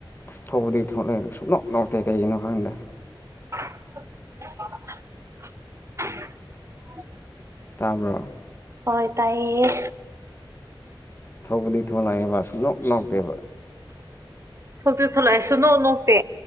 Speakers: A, on the left; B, on the right.
A: ꯊꯣꯛꯄꯨꯗꯤ ꯊꯣꯛꯂꯦ ꯁꯨꯛꯅꯣꯛ ꯅꯣꯛꯇꯦ ꯀꯩꯒꯤꯅꯣ ꯈꯪꯗꯦ
B: <unintelligible>
A: ꯇꯥꯕ꯭ꯔꯣ
B: ꯍꯣꯏ ꯇꯥꯏꯌꯦ
A: ꯊꯣꯛꯄꯨꯗꯤ ꯊꯣꯛꯂꯛꯑꯦꯕ ꯁꯨꯡꯅꯣꯛ ꯅꯣꯛꯇꯦꯕ
B: ꯊꯣꯛꯇꯤ ꯊꯣꯛꯂꯛꯑꯦ ꯁꯨꯛꯅꯣꯛ ꯅꯣꯛꯇꯦ